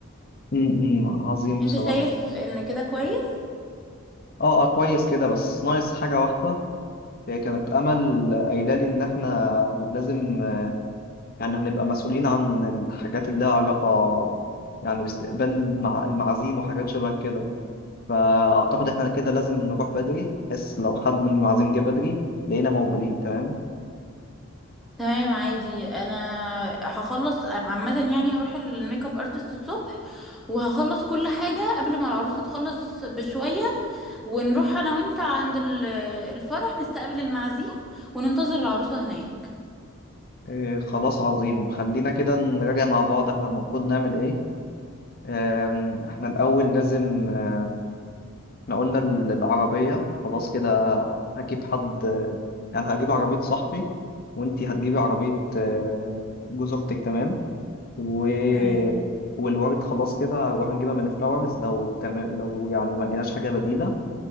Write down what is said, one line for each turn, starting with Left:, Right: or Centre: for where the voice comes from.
Left: امم عظيم
Centre: انت
Left: بصراحه
Centre: شايف ان كده كويس
Left: اه اه كويس كده بس ناقص حاجه واحده هي كانت امل قايله لي ان احنا لازم آه، يعني هنبقى مسؤولين عن الحاجات اللي لها علاقه يعني باستقبال مع المعازيم وحاجات شبه كده فاعتقد احنا كده لازم نروح بدري بس لو حد من المعازيم جه بدري لقينا موجودين تمام
Centre: تمام عادي انا هخلص عامه يعني هروح الميك اب ارتست الصبح وهخلص كل حاجه قبل ما العروسه تخلص بشويه ونروح انا وانت عند ال- الفرح نستقبل المعازيم وننتظر العروسة هناك
Left: إيه خلاص عظيم خلينا كده نراجع مع بعض احنا المفروض نعمل ايه آم، احنا الأول لازم آه، احنا قلنا ال- العربية خلاص كده هجيب حد آه، يعني هجيب عربية صاحبي وانتي هتجيبي عربية آه، جوز أختك تمام و...
Centre: تمام
Left: والورد خلاص كده هنروح نجيبها من فلاورز لو تمام لو يعني ما لقيناش حاجة بديلة